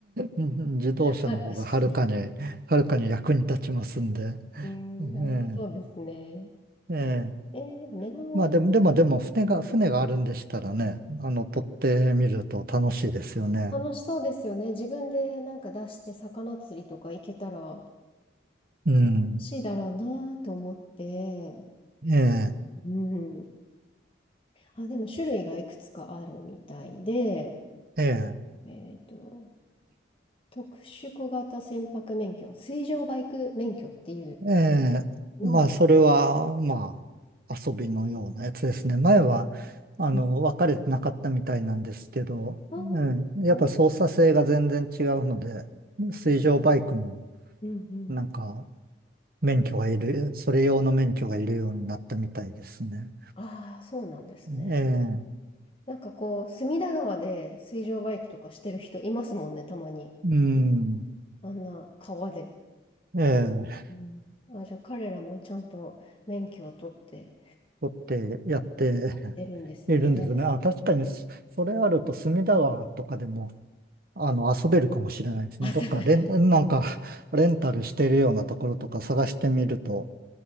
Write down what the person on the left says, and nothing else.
<laughs> まあ確かに。
うん、
あ、まあそうですね。
えー、値段はなんか
楽しそうですよね。自分でなんか出して魚釣りとか行けたら楽
しいだろうなと思って。
うん。あ、でも種類がいくつかあるみたいで、
えっと、特殊小型船舶免許、水上バイク免許っていう
のも、
うん
あー
お
うんうん。
ああ、そうなんですね。
なんかこう、隅田川で水上バイクとかしてる人いますもんね、たまに。
あんな川で。
うんあ、じゃあ彼らもちゃんと免許を取って
やってるんですね。
あ、
そう、<laughs>